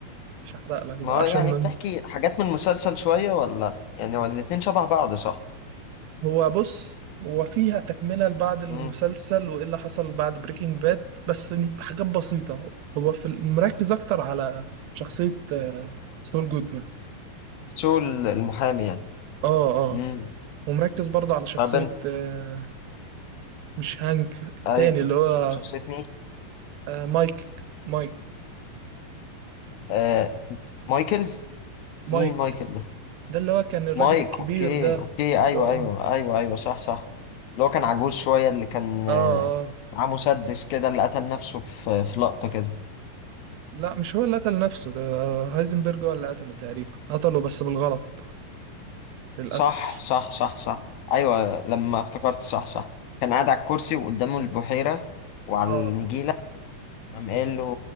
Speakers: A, on the right; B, on the left.
A: مش هحرق لك بقى
B: ما هو
A: عشان
B: يعني بتحكي حاجات من المسلسل شوية ولا يعني هو الاتنين شبه بعض صح
A: هو بص هو فيها تكملة لبعض المسلسل
B: امم
A: وايه اللي حصل بعد بريكنج باد بس حاجات بسيطة هو في ال- مركز اكتر على شخصية آه، سول جودمان
B: سول المحامي يعني
A: اه اه
B: امم
A: ومركز برضه على شخصية
B: ما بنت
A: آه، مش هانك التاني
B: ايوه
A: اللي هو
B: شخصية مين
A: آه، مايك مايك
B: آه مايكل
A: مايك
B: مين مايكل ده
A: ده اللي هو كان الراجل
B: مايك
A: الكبير
B: اوكي
A: ده
B: اوكي ايوه
A: اللي هو
B: ايوه
A: اه
B: ايوه ايوه صح صح اللي هو كان عجوز شوية اللي كان آه،
A: اه
B: معاه مسدس كده اللي قتل نفسه في في لقطة كده
A: لا مش هو اللي قتل نفسه ده هايزنبرج هو اللي قتله تقريبا قتله بس بالغلط للأسف
B: صح صح صح صح ايوه لما افتكرت صح صح كان قاعد على الكرسي وقدامه البحيرة وعلى
A: اه
B: النجيلة
A: للأسف
B: قام قال له